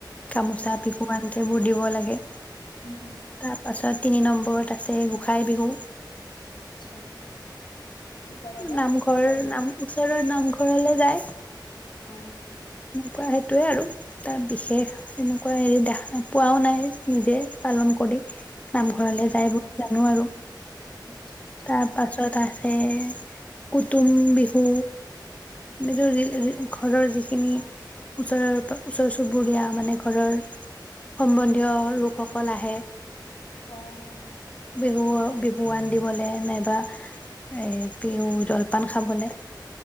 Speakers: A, on the left; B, on the left.
A: গামোচা
B: হয়
A: বিহুুৱান সবোৰ দিব লাগে তাৰ
B: উম হম
A: পাছত তিনি নম্বৰত আছে গোঁসাই বিহু
B: আচ্ছা কৰে বা
A: নামঘৰ
B: সেইটো গম নাপ
A: নাম ওচৰৰ নামঘৰ ঘৰলৈ যায়
B: অ'
A: সেইটোয়ে আৰু তাৰ বিশেষ এনেকুৱা হেৰি দেখা পোৱাও নাই নিজে পালন কৰি নামঘৰলে
B: অ
A: যায় বুলি জানো আৰু
B: আচ্ছা আচ্ছা
A: তাৰ পাছত আ কুটুম বিহু বুলি ঘৰৰ খিন ওচৰৰ পৰা ওচৰ চুবুৰীয়া মানে ঘৰৰ সম্বন্ধীয় লোকসকল আহে
B: অ'
A: বিহু বিহুৱান দিবলৈ নাইবা এ বিহু জলপান খাবলৈ